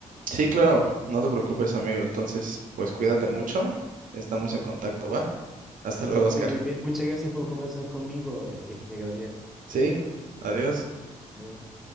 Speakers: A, on the right; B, in the centre.
A: Sí, claro. No te preocupes, amigo. Entonces, pues cuídate mucho. Estamos en contacto, ¿va? Hasta luego,
B: Ok,
A: Oscar.
B: muy bien. Muchas gracias por conversar conmigo, este, Gabriel. Que
A: Sí,
B: tengas. buen día.
A: adiós.
B: Adiós.